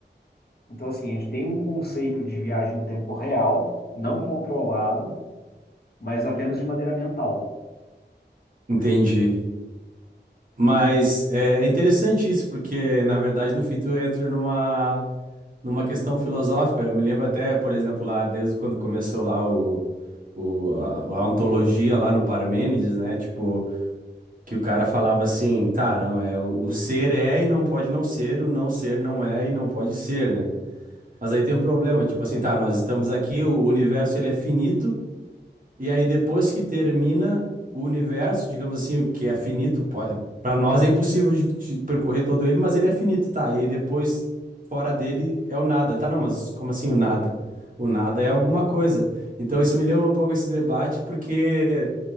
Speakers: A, on the left; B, on the right.
A: Então, assim, a gente tem um conceito de viagem no tempo real, não controlado, mas apenas de maneira mental.
B: Entendi. Mas é é interessante isso, porque na verdade no fim tu entra numa, numa questão filosófica. Eu me lembro até, por exemplo, lá desde quando começou lá o, o, a, a ontologia lá no Parmênides, né? Tipo, que o cara falava assim, tá, não, é o, o ser é e não pode não ser, o não ser não é e não pode ser, né? Mas aí tem um problema, tipo assim, tá, nós estamos aqui, o universo ele é finito, e aí depois que termina o universo, digamos assim, o que é finito, pode, para nós é impossível de, de percorrer todo ele, mas ele é finito, tá? E aí depois fora dele é o nada, tá? Não, mas como assim o nada? O nada é alguma coisa. Então isso me lembra um pouco esse debate, porque